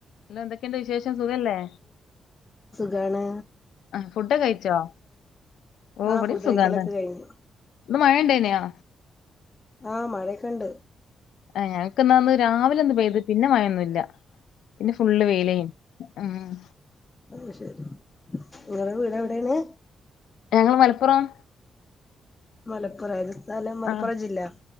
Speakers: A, on the left (about 80°); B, on the left (about 30°).
A: പിന്നെന്തെക്കെണ്ട് വിശേഷം സുഖല്ലേ
B: ഖാണ്
A: അഹ് ഫുഡ്‌ കഴിച്ചോ? ഓ
B: ആഹ്
A: ഇവിടേം
B: ഫുഡ്
A: സുഖാണ്
B: കഴിക്കലൊക്കെ
A: താ
B: കഴിഞ്ഞു
A: ഇന്നു മഴണ്ടായിഞ്ഞോ?
B: ആ മഴെക്കെ ണ്ട്
A: അഹ് ഞങ്‌ കിന്നന്ന് രാവിലൊന്ന് പെയ്ത് പിന്നെ മഴയൊന്നുല്ല പിന്നെ ഫുള്ള് വെയിലയിനി ആഹ്
B: ഓ ശെരി നിങ്ങടെ വീടെവിടേണ്?
A: ഞങ്ങള് മലപ്പുറം
B: മലപ്പുറ തുസ്ഥലം മലപ്പുറം
A: ആ
B: ജില്ല